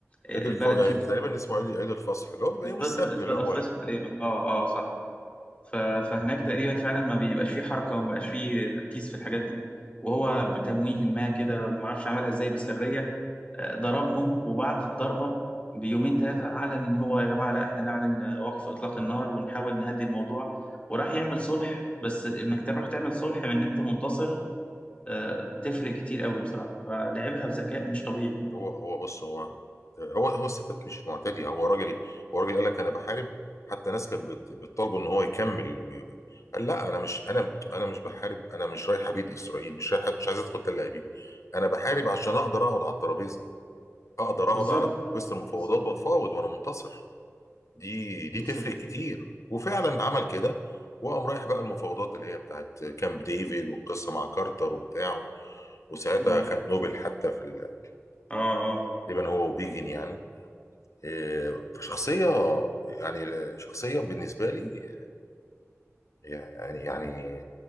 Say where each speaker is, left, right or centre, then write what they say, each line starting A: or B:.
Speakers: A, on the left; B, on the left.
A: البلد
B: عيد الف... آه،
A: فيه
B: تقريبا اسمه عيد عيد الفصح اللي هو بيبقى
A: الفطر
B: يوم السبت
A: الفطر
B: اللي هو
A: الفطر
B: ال...
A: تقريبا اه اه صح ف- فهناك تقريبا فعلا ما بيبقاش فيه حركة وما بيبقاش فيه تركيز في الحاجات دي وهو بتمويه ما كده وما اعرفش عملها ازاي بسرية آه، ضربهم وبعد الضربة بيومين ثلاثة أعلن إن هو يا جماعة لا إحنا نعلن آه، وقف إطلاق النار ونحاول نهدي الموضوع وراح يعمل صلح بس إنك تروح تعمل صلح من إن أنت منتصر آه، تفرق كتير قوي بصراحة فلعبها بذكاء مش طبيعي
B: هو هو بص هو هو هو الستات مش معتدي هو راجل هو راجل قال لك انا بحارب حتى ناس كانت بت... بتطالبه ان هو يكمل و... و- قال لا انا مش انا انا مش بحارب انا مش رايح ابيد اسرائيل مش رايح مش عايز ادخل تل ابيب انا بحارب عشان اقدر اقعد على الترابيزه اقدر اقعد
A: بالظبط
B: على وسط المفاوضات
A: بالظبط
B: واتفاوض وانا منتصر دي دي
A: بالظبط
B: تفرق كتير وفعلا عمل كده وقام رايح بقى المفاوضات اللي هي بتاعت كامب ديفيد والقصه مع كارتر وبتاعه وساعتها
A: مم.
B: خد نوبل حتى في ال-
A: آه آه
B: تقريبا هو وبيجن يعني إيه، فشخصيه يعني شخصيه بالنسبه لي يعني يعني